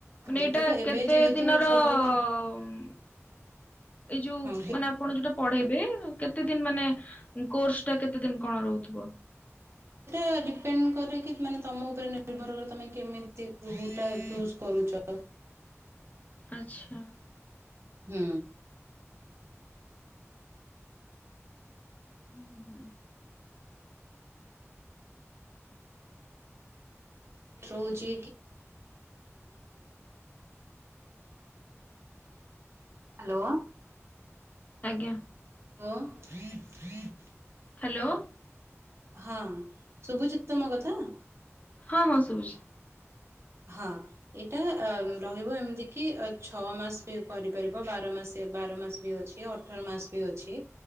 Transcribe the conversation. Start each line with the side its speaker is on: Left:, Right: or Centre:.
Left: ମାନେ
Right: ଯେତେକ
Left: ଏଇଟା
Right: ଏବେ
Left: କେତେ
Right: ଯେହେତୁ
Left: ଦିନର
Right: ସବୁ
Left: ଉମ ଏଇ ଯୋଉ
Right: ହଁ ହଁ।
Left: ମାନେ ଆପଣ ଯୋଉଟା ପଢେଇବେ କେତେ ଦିନ ମାନେ କୋର୍ସ ଟା କେତେ ଦିନ କଣ ରହୁଥିବ?
Right: ସେଟା ଡିପେଣ୍ଡ କରେ କି ମାନେ ତମ ଉପରେ ନିର୍ଭର କରେ ତମେ କେମିତି <unintelligible> ଟା ଚୁଜ କରୁଛ।
Left: <inaudible> ଆଚ୍ଛା।
Right: ହୁଁ।
Left: ହୁଁ ହୁଁ।
Right: <unintelligible> ହ୍ୟାଲୋ!
Left: ଆଜ୍ଞା।
Right: <unintelligible>
Left: ହ୍ୟାଲୋ!
Right: ହଁ ଶୁଭୁଚିତ ମୋ କଥା?
Left: ହଁ ହଁ ସୁଭୁଛି।
Right: ହଁ ଏଇଟା ରହିବ, ଏମିତି କିି ଛଅ ମାସ ବି କରିପାରିବ ବାର ମାସେ ବାର ମାସ ବି ଅଛି, ଅଠର ମାସ ବି ଅଛି